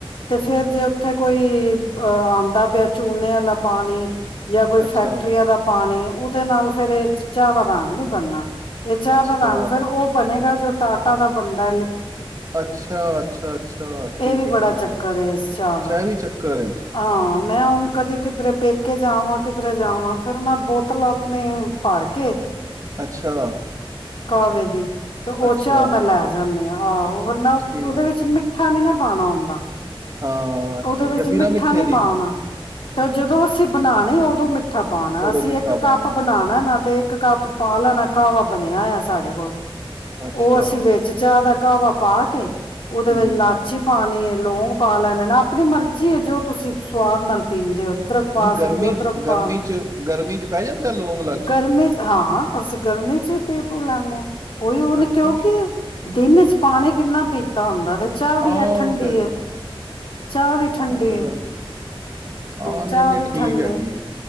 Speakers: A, on the left; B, on the right.
A: ਤੇ ਫੇਰ
B: ਹਮ
A: ਜੇ ਉੱਥੇ ਕੋਈ ਅਹ ਆਉਂਦਾ ਪਿਆ ਹੈ ਝੂਨੇ ਵਾਲਾ ਪਾਣੀ ਜਾਂ ਕੋਈ
B: ਅੱਛਾ
A: ਫੈਕਟਰੀਆਂ ਦਾ ਪਾਣੀ ਉਹਦੇ ਨਾਲ ਫਿਰ ਇਹ ਚੀਜਾ ਦਾ ਰੰਗ ਨੀ ਬਣਨਾ। ਜੇ ਚਾਹ
B: ਅੱਛਾ
A: ਬਨਾਨ ਫੇਰ ਉਹ ਬਣੇਗਾ ਜੋ ਟਾਟਾ ਦਾ ਬੰਦਾ ਹੈ।
B: ਅੱਛਾ ਅੱਛਾ ਅੱਛਾ
A: ਇਹ
B: ਠੀਕ
A: ਵੀ ਬੜਾ
B: ਹੈ ਠੀਕ
A: ਚੱਕਰ
B: ਹੈ
A: ਇਸ ਚਾਹ
B: ਅੱਛਾ
A: ਦਾ
B: ਇਹ ਵੀ ਚੱਕਰ ਹੇ।
A: ਹਾਂ ਮੈਂ ਹੁਣ ਕਦੀ ਕਿਧਰੇ ਪੇ ਕੇ ਜਾਵਾਂ, ਕਿਧਰੇ ਜਾਵਾਂ ਫੇਰ ਮੈਂ ਬੋਤਲ ਆਪਣੀ ਭਰ ਕੇ
B: ਅੱਛਾ
A: ਕਾਵੇ ਦੀ ਤੇ ਉਹ
B: ਅੱਛਾ
A: ਚਾਹ ਮੈਂ ਲੈ ਜਾਨੀਆਂ। ਆਹੋ-' ਹੋਰ ਨਾ
B: ਠੀਕ
A: ਉਹਦੇ ਵਿੱਚ ਮਿੱਠਾ ਨੀ ਨਾ ਪਾਣਾ ਹੁੰਦਾ।
B: ਹਾਂ
A: ਉਹਦੇ
B: ਠੀਕ
A: ਵਿੱਚ
B: ਹੈ ਬਿਨਾਂ
A: ਮਿੱਠਾ
B: ਮਿੱਠੇ
A: ਨੀ
B: ਦੀ
A: ਪਾਉਣਾ ਤੇ ਜਦੋਂ ਅਸੀਂ ਬਣਾਣੀ ਉਦੋ ਮਿੱਠਾ ਪਾਣਾ
B: ਉਦੋਂ
A: ਅਸੀਂ
B: ਮਿੱਠਾ
A: ਇੱਕ
B: ਪਾ
A: ਕੱਪ
B: ਲਓ
A: ਬਣਾਣਾ ਨਾਲ ਤੇ ਇੱਕ ਕੱਪ ਪਾ ਲੈਣਾ ਕਾਹਵਾ ਬਣਿਆ ਹੋਆ ਸਾਡੇ ਕੋਲ
B: ਅੱਛਾ
A: ਉਹ ਅਸੀਂ ਵਿੱਚ ਚਾਹ ਦਾ ਕਾਹਵਾ ਪਾ ਕੇ ਉਹਦੇ
B: ਹਮ
A: ਵਿੱਚ ਲਾਚੀ ਪਾਣੀ ਏ। ਲੋਂਂਗ ਪਾ ਲੈਣੇ ਨਾ ਆਪਣੀ ਮਰਜ਼ੀ ਹੈ ਜੋ ਤੁਸੀਂ ਸੁਵਾਦ ਨਾਲ ਪੀਂਦੇ ਹੋ। ਅਦਰਕ ਪਾ
B: ਨਹੀਂ ਗਰਮੀ
A: ਸਕਦੇ ਹੋ ਅਦਰਕ
B: ਚ ਗਰਮੀ
A: ਪਾ
B: ਚ ਗਰਮੀ ਚ ਪੈ ਜਾਂਦਾ ਲੌਗ ਲਾਚੀ
A: ਗਰਮੀ ਚ ਹਾਂ ਅਸੀਂ ਗਰਮੀ ਚ ਵੀ ਪੀ ਪੂ ਲੈਂਦੇ ਹਾਂ। ਕੋਈ ਉਹ ਨੀ
B: ਅੱਛਾ
A: ਕਿਉਂਕਿ ਦਿਨ ਚ ਪਾਣੀ ਕਿੰਨਾ ਪੀ ਤਾਂ ਹੁੰਦਾ ਤੇ ਚਾਹ
B: ਹਾਂ
A: ਵੀ ਹੈ ਠੰਡੀ
B: ਉਹ ਤੇ
A: ਹੈ। ਚਾਹ ਵੀ ਠੰਡੀ
B: ਉਹ ਤੇ
A: ਹੈ।
B: ਗੱਲ ਸਹੀ ਹਾਂ
A: ਚਾਹ
B: ਨਹੀਂ ਨਹੀਂ
A: ਵੀ
B: ਠੀਕ
A: ਠੰਡੇ
B: ਹੈਗੀ,